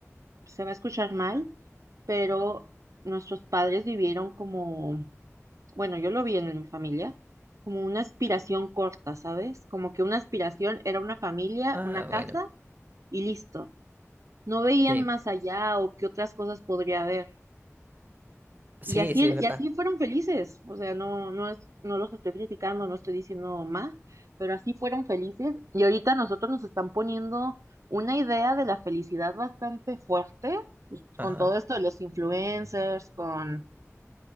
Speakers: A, on the right; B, on the right.
A: se va a escuchar mal, pero nuestros padres vivieron como, bueno, yo lo vi en mi familia, como una aspiración corta, ¿sabes? Como que una aspiración era una familia,
B: Ah,
A: una casa
B: bueno,
A: y listo. No veían
B: sí,
A: más allá o qué otras cosas podría haber.
B: sí,
A: Y así,
B: sí, es verdad.
A: y así fueron felices, o sea, no, no es, no los estoy criticando, no estoy diciendo más, pero así fueron felices. Y ahorita nosotros nos están poniendo una idea de la felicidad bastante fuerte, pues,
B: Ajá,
A: con todo esto de los influencers, con,